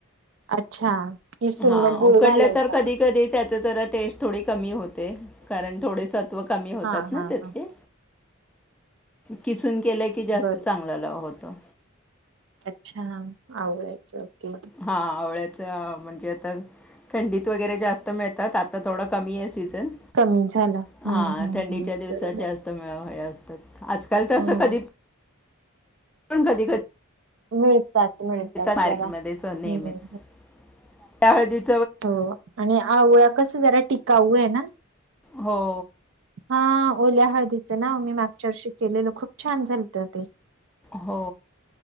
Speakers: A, on the right (about 60°); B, in the centre.
A: अच्छा किसून
B: हा
A: मग गुळ
B: उकडलं
A: घालायचा
B: तर कधी
A: ना
B: कधी त्यात ते खर टेस्ट थोडी कमी होते. ते कारण थोडे सत्व कमी होतात
A: हा
B: ना
A: हा
B: त्यातले
A: हा
B: किसून केलं की जास्त
A: बर
B: चांगला होत. तो
A: अच्छा आवल्याच ओके
B: हां आवळ्याचं म्हणजे आता थंडीत वगैरे जास्त मिळतात आता थोडं कमी असतील.
A: कमी झालं
B: हा
A: हम्म हम्म
B: थंडीच्या
A: हम्म
B: दिवसात
A: बरोबर
B: जास्त मिळतात. आजकाल तर असं
A: हम्म
B: कधी पण कधी कधी
A: मिळतात मिळतात
B: मार्केटमध्ये
A: जरा
B: च नेहमीच
A: हम्
B: त्या हळदीत
A: हो आणि आवळा कस जरा टिकाऊ आहे ना.
B: हो.
A: हा ओल्या हळदीचं ना मी मागच्या वर्षी केलेलो खूप छान झालत ते
B: हो